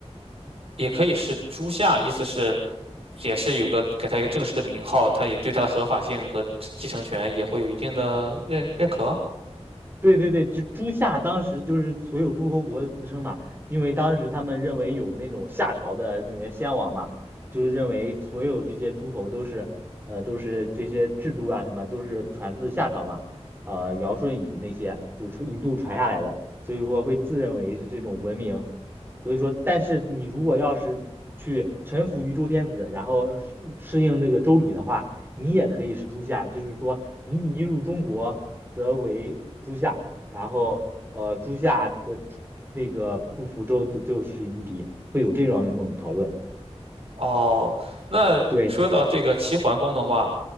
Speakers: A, on the right (about 60°); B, on the right (about 20°).
A: 也可以是朱夏，意思是也是有个给他一个正式的名号，他也对他的合法性和继承权也会有一定的认认可。
B: 对对对，就朱夏当时就是所有诸侯国的自称嘛，因为当时他们认为有那种夏朝的那个先王嘛，就是认为所有这些诸侯都是呃都是这些制度啊什么都是传自夏朝嘛，呃尧舜禹那些就是传一度传下来的，所以说会自认为是这种文明，所以说但是你如果要是去臣服于周天子，然后适适应那个周礼的话。你也可以是诸夏，就是说你你入中国则为诸夏，然后呃诸夏则那个不服周则就是夷狄，会有这样一种讨论。
A: 哦，那说到这个齐桓公的话，
B: 对，